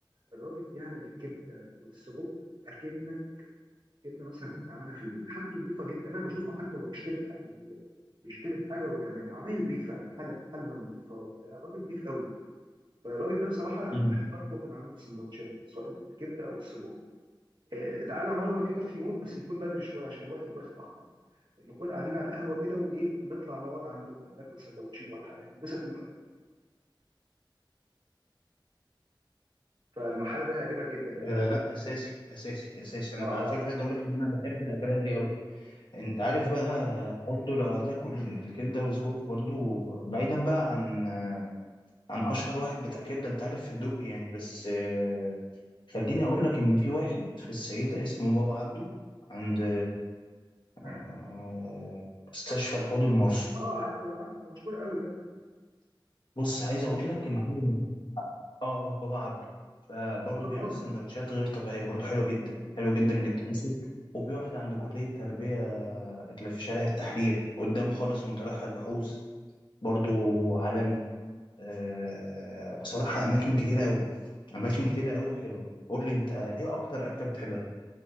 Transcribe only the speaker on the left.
مم.
آه لا اساسي اساسي اساسي انا
بقى- على فكره
عايز اقول لك ان انا بحب الاكلات دي قوي انت عارف بقى برضو لو هتاكل كبده وسجق برضو بعيدا بقى عن آه، عن اشهر واحد بتاع كبده انت عارف في الدق يعني بس آه، خليني اقول لك ان في واحد في السيده اسمه بابا عبده عند
آه، مستشفى الحوض المرصودي
بص عايز اقول لك ان هو اه بابا عبده فبرضه
بيعمل
سندوتشات غير طبيعيه برضه حلوه جدا حلوه جدا جدا وفي واحد عند كليه التربيه اللي في شارع التحرير قدام خالص وانت رايح البحوث برضه عالمي آه بصراحه اماكن كتيره قوي اماكن كتيره قوي وحلوه قول لي انت ايه اكتر اكله بتحبها